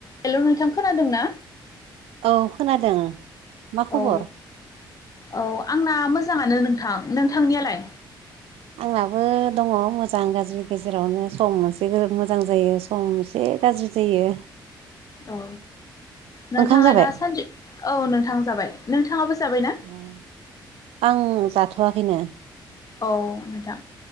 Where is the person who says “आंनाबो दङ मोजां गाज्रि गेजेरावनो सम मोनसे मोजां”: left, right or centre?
Right